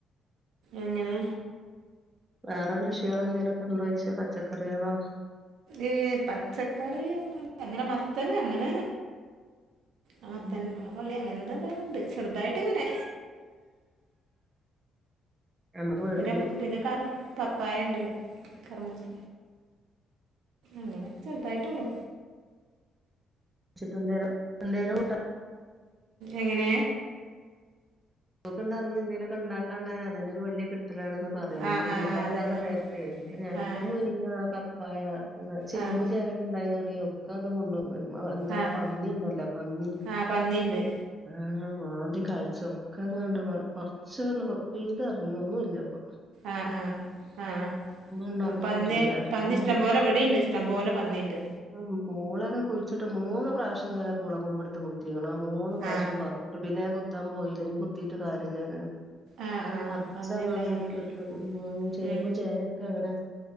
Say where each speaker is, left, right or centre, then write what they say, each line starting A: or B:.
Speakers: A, on the right; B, on the right.
A: എങ്ങനെ
B: വേറെ കൃഷികള എന്തെേലുംക്കെ ഇണ്ടോ ചോയിച്ച പച്ചക്കറികളോ
A: എ പച്ചക്കറി അങ്ങനെ മത്തൻ അങ്ങനെ അ മത്തൻ
B: ഉം.
A: പള്ളി അങ്ങന <unintelligible> ചെറുതായിട്ട് ഇങ്ങനെ
B: നമ്മുക്ക് വീട്ടില്
A: പിന്നെ പിന്നെ കർ പപ്പായുണ്ട് കർമൂസ അങ്ങനെെ ചെറുതായിട്ടൊള്ളു
B: <unintelligible> എൻതേലും കൂട്ട
A: എങ്ങനെ
B: തൊടുക്കുണ്ടെറങ്ങിയാൽ എന്തേല കൊണ്ടാട്ടാണ്ടായ അതുതന്നെ ഒരു വലിയ കിട്ടലാണെന്ന് പറയാം നമുക്ക്
A: ആഹ് ആഹ്
B: കൂട്ടാനില്ലാത്ത
A: ആഹ് അതെ ആഹ്
B: നേരത്തെ ഞങ്ങക്ക്
A: ആഹ്
B: മു പിന്നെ പപ്പായ അങ്ങനെ ചേമ്പും
A: ആഹ്
B: ചേനക്കെ ഉണ്ടായത് കൊണ്ടേ ഒക്കെ തും കൊണ്ടു പോ ഒരു എന്താ
A: ആഹ്
B: പന്നിയുണ്ടല്ലോ പന്നി
A: ആഹ് പന്നിണ്ട്
B: ആഹ് മാന്തി <unintelligible> ഇക്കങ്ങാണ്ട് പോ കുറച്ച് പെയ്തിറങ്ങി ഒന്നുല്ലയിപ്പോ
A: ആഹ് ആഹ്
B: ഉണ്ടാക്കാൻ
A: ആഹ് പന്നി
B: പറ്റണില്ല
A: പന്നി
B: ഉം
A: ഇഷ്ടംപോലെ ഇവിടെയുണ്ട് ഇഷ്ടംപോലെ പന്നിയുണ്ട്
B: ഉം പൂളൊക്കെ കുഴിച്ചിട്ട് മൂന്ന് പ്രാവശ്യം നേരെ പൂള കൊമ്പെടുത്ത് കുത്തിക്കണെ ആ മൂന്ന് പ്രാവശ്യം
A: ആഹ്
B: പ എന്നിട്ട് പിന്നെ ഞാൻ കുത്താൻ പോയില്ല ഇനി കുത്തിയിട്ട് കാര്യല്ലന്ന്
A: ആഹ് ആഹ്
B: <unintelligible>
A: പന്നി
B: അങ്ങണ്ട്
A: ഇണ്ടായാല്
B: ഇട്ടിട്ട് ഉം ചേമ്പും
A: ഉം
B: ചേനക്കെ അങ്ങനെ